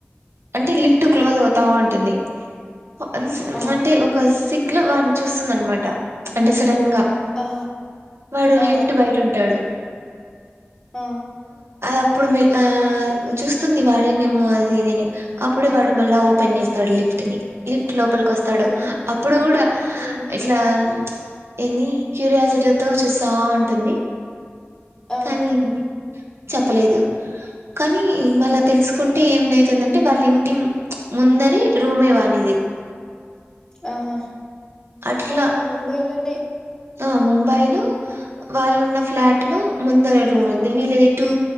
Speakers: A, on the right; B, on the left.
A: అంటే లిఫ్ట్ ఫ్ట్ క్లోజ్ అవుతా
B: ఉమ్
A: ఉంటుంది వన్స్
B: ఆ
A: అంటే ఒక సిక్ ట్లో వాడిని చూస్తుంది అనమాట అంటే సడన్ గా
B: ఆ
A: వాడు
B: ఆ
A: లిఫ్ట్ బయట ఉంటాడు
B: ఆ
A: అప్పుడు మీ ఆ చూస్తుంది వాడేనేమో అది ఇదని అప్పుడు వాడు మళ్ళ ఓపెన్
B: ఉమ్
A: చేస్తాడు లిఫ్టుని లిఫ్ట్ లోపలికొస్తాడు
B: ఉమ్
A: అప్పుడు కూడా
B: ఉమ్
A: ఇట్లా ఏంది క్యూరియాసిటీతో చూస్తా ఉంటుంది
B: ఆ
A: కానీ చెప్పలేదు కానీ మళ్ళా
B: ఉమ్
A: తెలుసుకుంటే ఏమవుతుందంటే వాళ్ళ ఇంటి ముందరే రూమ్ వానిది
B: ఆహా
A: అట్లా
B: ఓహో ముంబైలోనే
A: ఆ ముంబై లో వాళ్ళున్న ఫ్లాట్ లో ముందర రూమ్ ఉంది వీళ్లది టూ